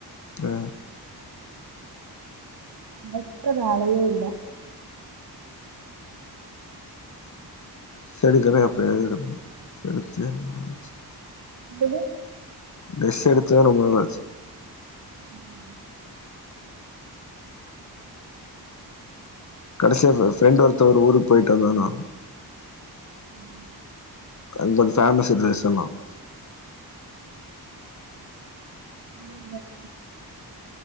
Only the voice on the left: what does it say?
ஆ
செடுக்கனா எப்பயாவ்து எடுப்போ எடுத்தே ரொம்ப நாளாச்சு
ட்ரெஸ் எடுத்துதா ரொம்ப நாள் ஆச்சு
கடைசியாதா ஃப்ரெண்ட் ஒருத்தவரு ஊருக்கு போயிட்டு வந்தானா
அந்த ஃபேபேமஸ் ட்ரெஸ்ல்லாம்